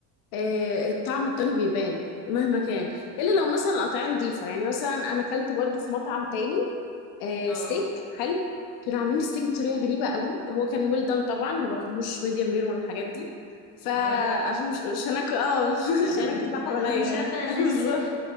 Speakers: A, on the left (about 85°); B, on the left (about 50°).
A: آه الطعم التاني بيبان مهما كان إلا لو مثلا قطعية نظيفة يعني مثلا أنا أكلت برضو في مطعم تاني آه
B: اه
A: ستيك حلو كانوا عاملين ستيك بطريقة غريبة قوي هو كان ويل دان طبعا ما باكلهوش ميديم رير ولا الحاجات دي فعشان
B: اه لا
A: مش مش هناكل اه <laughs>
B: بدم
A: مش هناكل لحمة
B: انا
A: نية
B: مش
A: يعني
B: عارفة أنا الناس
A: <laughs> بالظبط
B: اللي